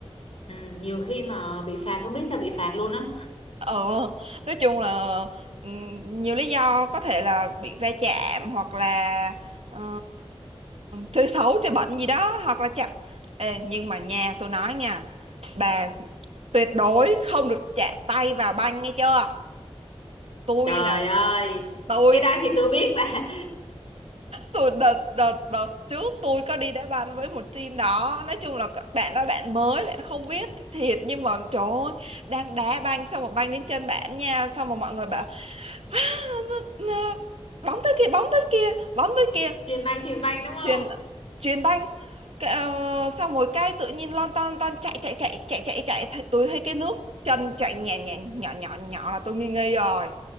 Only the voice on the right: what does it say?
ờ nói chung là ừm, nhiều lý do có thể là bị va chạm hoặc là ờ, chơi xấu chơi bẩn gì đó hoặc là chạm Ê, nhưng mà nhà tôi nói nha bà tuyệt đối không được chạm tay vào banh nghe chưa tôi
là
tôi
tôi đợt đợt đợt trước tôi có đi đá banh với một team đó nói chung là bạn đó bạn mới bạn không biết thiệt nhưng mà trời ơi đang đá banh xong một banh đến chân bạn nha xong mà mọi người bảo "Á, n- n- bóng tới kia bóng tới kia bóng tới kia
chuyền chuyền banh cái, ờ, xong rồi cái tự nhiên lon ton ton chạy chạy chạy chạy chạy chạy th- tôi thấy cái nước chân chạy nhẹ nhẹ nhỏ nhỏ nhỏ là tôi nghi nghi rồi